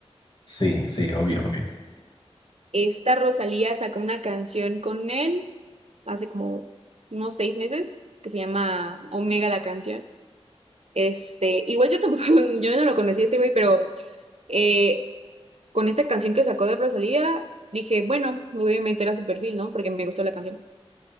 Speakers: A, on the left (about 50°); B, on the right (about 75°).
A: Sí, sí, obvio, obvio.
B: Esta Rosalía sacó una canción con él hace como unos seis meses que se llama Omega la canción. Este, igual yo tampoco, <laughs> yo no lo conocí a este güey, pero eh, con esta canción que sacó de Rosalía, dije, bueno, me voy a meter a su perfil, ¿no? Porque me gustó la canción.